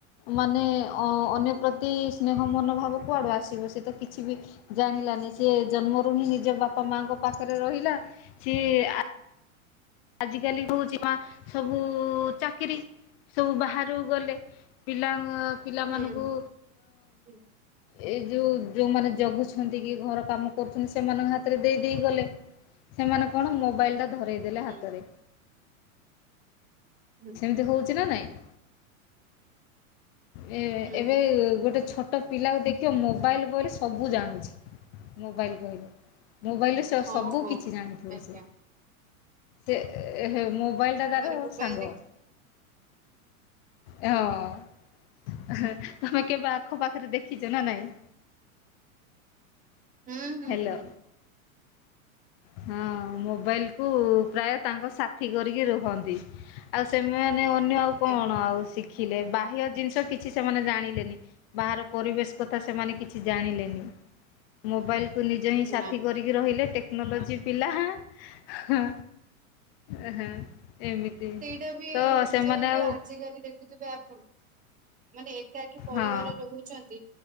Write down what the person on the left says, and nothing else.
ମାନେ ଅ ଅନ୍ୟ ପ୍ରତି ସ୍ନେହ ମନୋଭାବ କୁଆଡୁ ଆସିବ ସେତ କିଛି ବି ଜାଣିଲାନି ସେ ଜନ୍ମରୁ ହିଁ ନିଜ ବାପା ମାଙ୍କ ପାଖରେ ରହିଲା ସିଏ ଆ ଆଜି ହଉଛି ବା ସବୁ ଚାକିରି ସବୁ ବାହାରକୁ ଗଲେ ପିଲା ପିଲାମାନଙ୍କୁ
ଏ ଯେଉଁ ଯେଉଁମାନେ ଜଗୁଛନ୍ତି କି ଘର କାମ କରୁଛନ୍ତି ସେମାନଙ୍କ ହାତରେ ଦେଇ ଦେଇେଇ ଗଲେ ସେମାନେ କଣ ମୋବାଇଲଟା ଧରେଇ ଦେଲେ ହାତ
ତରେ
ସେମିତି ହଉଛି ନା ନାଇଁ। ଏ ଏବେ
ଗୋଟେ ଛୋଟ ଛୋଟ ପିଲାକୁ ଦେଖିବ ମୋବାଇଲ ବ ସବୁ ଜାଣୁଛି ମୋବାଇଲ ବହିଲେ। ମୋବାଇଲରେ
ସବୁ
କିିଛି ଜାଣିଥିବ
ସିଏ। ସେ ଏ ହେ ମୋବାଇଲ ଟା
ତାର
ସାଙ୍ଗ।
ହଁ।
ତମେ କେବେ ଆଖପାଖରେ ଦେଖିଛ ନା ନାଇଁ।
ହ୍ୟାଲୋ
ହଁ ମୋବାଇଲ କୁ ପ୍ରାୟ ତାଙ୍କ ସାଥି କରିକି ରୁହନ୍ତି। ଆଉ ସେମାନେ ମାନେ ଅନ୍ୟ ଆଉ କଣ
ଆଉ ଶିଖି ଶଖିଲେ ବାହ୍ୟ ଜିନିଷ କିଛି ସେମାନେ ଜାଣିଲେନି ବାହାର ପରିବେଶ କଥା ସେମାନେ କିଛି ଜାଣିଲେନି ମୋବାଇଲ ତୁ ନିଜ ହିଁ ସାଥି
କରିକି ରହିଲେ ଟେ ନୋଲଜୀ ପିଲା ହାଁ। ହଁ ଓ ହଁ। ଏମିତି
ତ ସେମାନେ
ଆଉ
ହଁ